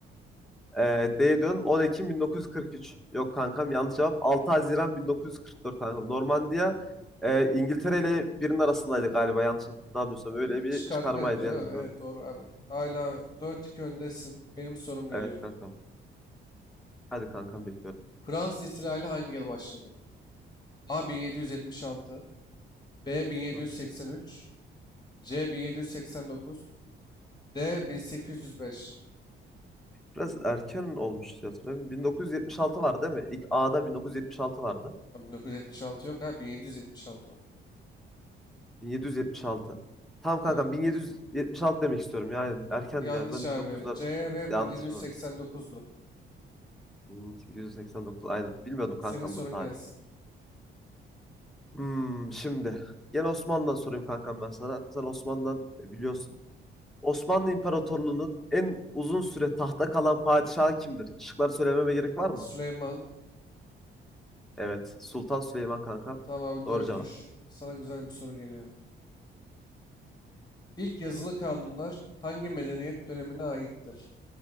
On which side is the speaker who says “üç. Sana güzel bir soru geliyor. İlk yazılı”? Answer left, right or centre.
Left